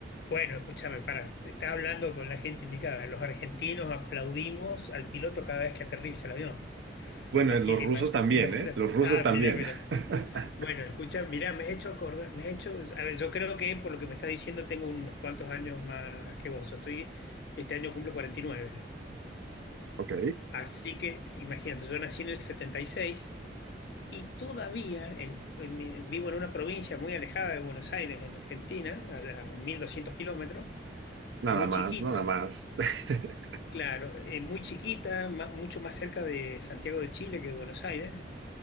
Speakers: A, on the left (about 60°); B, on the right (about 80°).
A: Bueno, escúchame, para, está hablando con la gente indicada. Los argentinos aplaudimos al piloto cada vez que aterriza el avión.
B: Bueno,
A: Así
B: eh, los
A: que
B: rusos
A: ima-
B: también,
A: imagínate.
B: ¿eh? Los rusos
A: Ah,
B: también,
A: mirá, mirá.
B: <laughs>
A: Bueno, escucha, mirá, me has hecho acordar, me has hecho, a ver, yo creo que por lo que me estás diciendo tengo unos cuantos años más que vos. Yo estoy, este año cumplo 49.
B: Ok.
A: Así que imagínate, yo nací en el setenta y seis y todavía en- en mi- vivo en una provincia muy alejada de Buenos Aires, en Argentina, a, a 1200 kilómetros,
B: nada
A: muy
B: más,
A: chiquita.
B: nada más. <laughs>
A: Claro, eh, muy chiquita, ma- mucho más cerca de Santiago de Chile que de Buenos Aires.